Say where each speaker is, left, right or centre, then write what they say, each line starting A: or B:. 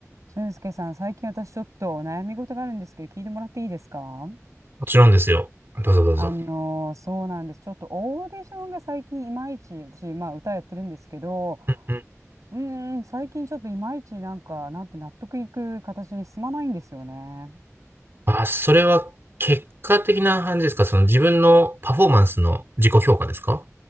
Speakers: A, on the right; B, on the right.
A: 俊介さん、最近私ちょっと悩み事があるんですけど、聞いてもらっていいですか
B: もちろんですよ。どうぞどうぞ。
A: あのーそうなんです。ちょっとオーディションが最近いまいち、私、まあ歌やってるんですけど、
B: うんうん。
A: うーん、最近ちょっといまいちなんか、なんて納得いく形に進まないんですよね。
B: あ、それは結果的な感じですかその自分のパフォーマンスの自己評価ですか